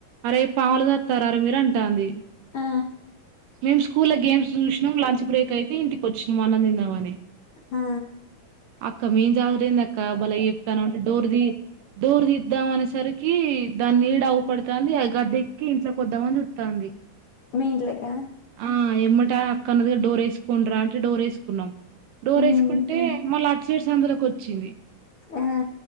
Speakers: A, on the right; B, on the left.
A: అరే పాములు సాత్తారార మీరూ అంటాంది.
B: ఆ
A: మేము స్కూల్ల గేమ్స్ చూసినాం లంచ్ బ్రేక్ అయితే ఇంటికి వచ్చినాం అన్నం తిందామని
B: ఆ
A: అక్క మిన్ జాగురేంది అక్క బలే చెప్తాన్నవ్, అంటే డోర్ ది డోర్ దిద్దాం అనేసరికి దాన్ని నీడ అగు పడతంది అది గద్ద ఎక్కి ఇంట్లోకి వద్దామని చూత్తంది.
B: మీ ఇంట్లో కా
A: ఆ ఎమ్మట అక్క అన్నది డోర్ వేసుకుండి రా అంటే డోర్ వేసుకున్నాం డోర్
B: హ్మ్
A: వేసుకుంటే మళ్ళా అట్ సైడ్స్ సందులోకి వచ్చింది
B: ఆ